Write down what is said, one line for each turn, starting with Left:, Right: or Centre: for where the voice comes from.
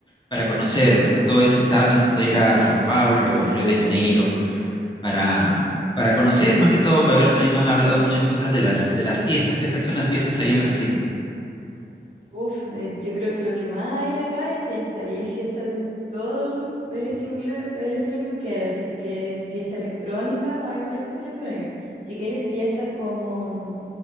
Left: para conocer. Más que todo, este, estaba pensando ir a Sao Paulo, Río de Janeiro para, para conocer, más que todo, para ver, también me han hablado muchas cosas de las, de las fiestas. ¿Qué tal son las fiestas ahí en Brasil?
Right: Uf, eh, yo creo que lo que más hay acá es fiesta, y hay fiestas de todo el el estilo, que- el estilo que tú quieras. Si tú quieres fiesta electrónica, vas a encontrar fiesta electrónica. Si quieres fiestas como